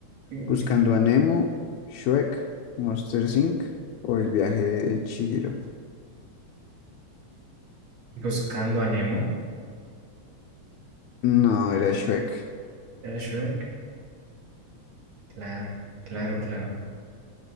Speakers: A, on the right; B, on the left.
A: Uy,
B: Buscando a Nemo, Shrek, Monster Inc. o El viaje de Chihiro.
A: Buscando a Nemo.
B: No, era Shrek.
A: ¿Era Shrek? Claro, claro, claro.